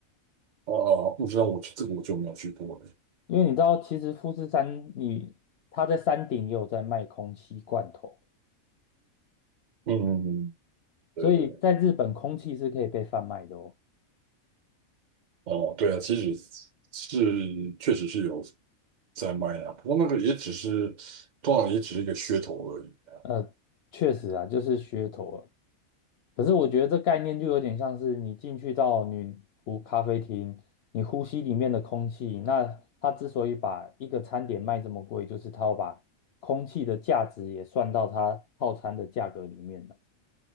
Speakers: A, on the right (about 50°); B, on the left (about 65°).
A: 啊，啊不知道我这个我就没有去过了。
B: 因为你知道，其实富士山你它在山顶也有在卖空气罐头，
A: 嗯，对对。
B: 所以在日本空气是可以被贩卖的哦。
A: 哦，对啊，其实是确实是有在卖啊，不过那个也只是，通常也只是一个噱头而已啊。
B: 呃，确实啊，就是噱头啊。可是我觉得这概念就有点像是你进去到女仆咖啡厅，你呼吸里面的空气。那它之所以把一个餐点卖这么贵，就是它要把空气的价值也算到它套餐的价格里面了。